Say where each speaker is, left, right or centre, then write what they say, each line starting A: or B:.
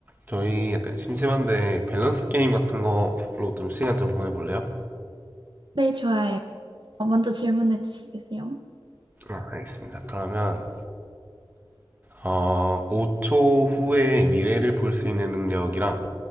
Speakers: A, on the right (about 20°); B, on the right (about 60°).
A: 저희 약간 심심한데 밸런스 게임 같은 거로 좀 시간 좀 보내볼래요?
B: 네, 좋아요. 어, 먼저 질문해 주시겠어요?
A: 아, 알겠습니다. 그러면 어, 5초 후에 미래를 볼 수 있는 능력이랑